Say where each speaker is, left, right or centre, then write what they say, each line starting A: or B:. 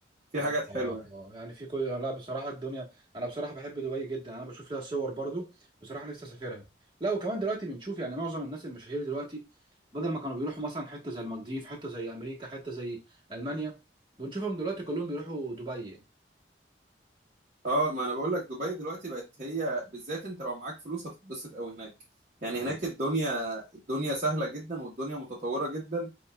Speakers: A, on the right; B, on the right.
A: في
B: اه
A: حاجات حلوه
B: اه
A: يعني
B: اه يعني في كل لا بصراحه الدنيا انا بصراحه بحب دبي جدا انا بشوف لها صور برضو بصراحه نفسي اسافرها لا وكمان دلوقتي بنشوف يعني معظم الناس المشاهير دلوقتي بدل ما كانوا بيروحوا مثلا حته زي المالديف حته زي امريكا حته زي المانيا بنشوفهم دلوقتي كلهم بيروحوا دبي يعني
A: اه ما انا بقول لك دبي دلوقتي بقت هي بالذات انت لو معاك فلوس هتتبسط قوي هناك يعني
B: ايوه
A: هناك الدنيا الدنيا سهله جدا والدنيا متطوره جدا